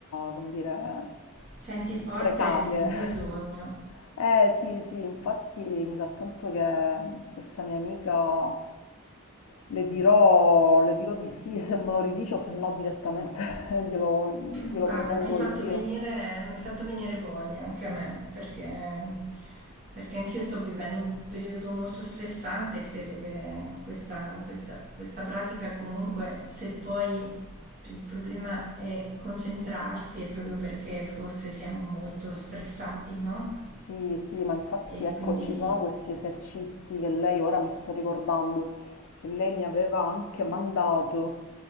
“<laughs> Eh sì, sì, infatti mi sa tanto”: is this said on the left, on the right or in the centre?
Left